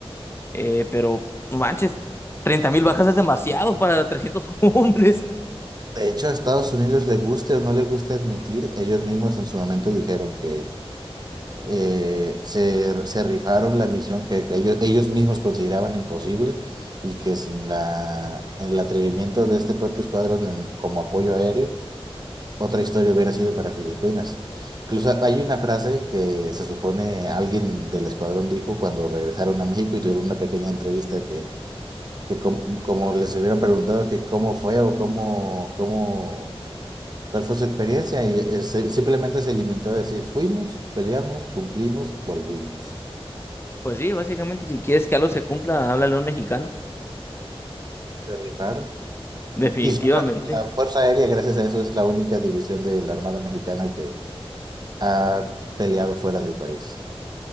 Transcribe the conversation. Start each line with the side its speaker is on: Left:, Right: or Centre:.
Left: eh, pero no manches, treinta mil bajas es demasiado para 300 <laughs> hombres.
Right: De hecho, a Estados Unidos le guste o no le guste admitir, ellos mismos en su momento dijeron que eh, se, se rifaron la misión que ellos, ellos mismos consideraban imposible y que sin la, el atrevimiento de este propio escuadrón en- como apoyo aéreo otra historia hubiera sido para Filipinas. Incluso hay una frase que se supone alguien del escuadrón dijo cuando regresaron a México y tuvieron una pequeña entrevista que, que com- como les hubieran preguntado que cómo fue o cómo, cómo, cuál fue su experiencia y eh, se- simplemente se limitó a decir fuimos, peleamos, cumplimos, volvimos.
Left: Pues sí, básicamente si quieres que algo se cumpla, háblale a un mexicano,
Right: Se rifaron.
Left: definitivamente.
Right: Y, y son la, la Fuerza Aérea, gracias a eso, es la única división de la Armada Mexicana que ha peleado fuera del país.